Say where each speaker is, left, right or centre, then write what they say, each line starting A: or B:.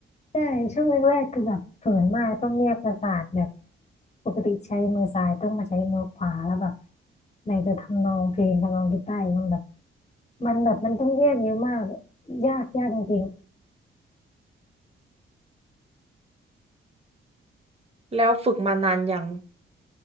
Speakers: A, on the left (about 30°); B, on the right (about 30°).
A: ใช่ช่วงแรกๆคือแบบฝืนมากต้องแยกประสาทแบบปกติใช้มือซ้ายต้องมาใช้มือขวาแล้วแบบไหนจะทำนองเพลงทำนองกีตาร์อีกมันแบบมันแบบมันต้องแยกเยอะมากยากยากจริง
B: แล้วฝึกมานานยัง